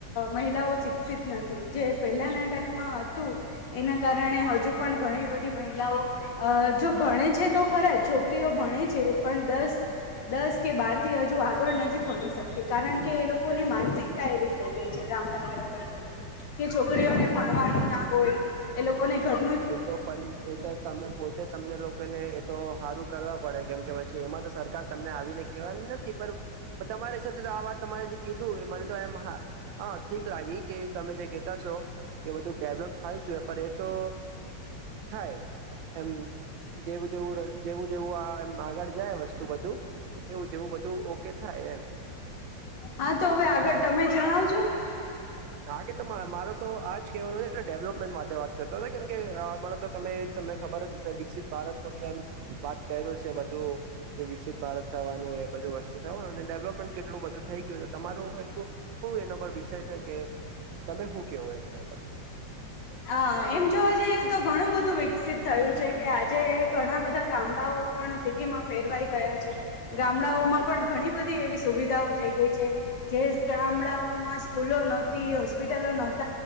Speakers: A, on the left; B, on the right.
A: મહિલાઓ શિક્ષિત નથી જે પહેલાના ટાઈમાં હતું, એના કારણે હજુ પણ ઘણી બધી મહિલાઓ અ જો ભણે છે. તો ખરા છોકરીઓ ભણે છે, પણ દસ દસ કે બાર થી હજુ આગળ નથી, ભણી શક કારણ કે એ લોકોની માનસિકતા એવી થઈ ગઈ છે, ગામડા વાળા લોકોની કે છોકરીઓને
B: ઓકે
A: ભણવાનો ના હોય, એ લોકોને ઘર
B: એ તો પણ એ તો તમે પોતે તમને લોકોને એ, તો સારું કરવા પડે કેમ કે પછી એમાં, તો સરકાર તમને આવીને કેવાની નથી, પણ તમારા હસાબ તો આ વાત તમારે જે કીધું, એ મને તો આમ હા હા ઠીક લાગી, કે તમે જે કહેતા છો એ બધું ડેવલપ થાય જોએ પણ એ તો થાય, એમ જેવું જેવું, જેવું જેવું આ એમ આગળ જાય વસ્તુ. બધું એવું જેવું બધું, ઓકે થાય. એમ..
A: હા, તો હવે આગળ તમે જણાવ જો?
B: હગે, તો મારો તો આજ કેવાનું છે, એટલે ડેવલપમેન્ટ માટે વાત કરતો હતો, કેમ કે તો તમે તમને ખબર જ હશે વિકસિત ભારત ન આમ વાત કર્યું છે, બધું કે વિકસિત ભારત થવાનુંય એ બધું વસ્તુ થવાનું ડેવલપમેન્ટ કેટલું બધું થઈ ગયું, તો તમારું એટલું એના પર બજવાશ બના કે, તમે શું કેવો એ બરાર
A: હા એમ જોવા જઈએ તો ઘણું બધું વિકસિત થયું છે, કે આજે ઘણા બધા ગામડાઓ પણ સિટીમાં ફેરવાઈ ગયા. ગામડાઓમાં પણ ઘણી બધી એવી સુવિધાઓ થઈ ગઈ, છે. જે ગામડાઓમાં સ્કૂલો નહોતી, હોસ્પિટલો નહોતી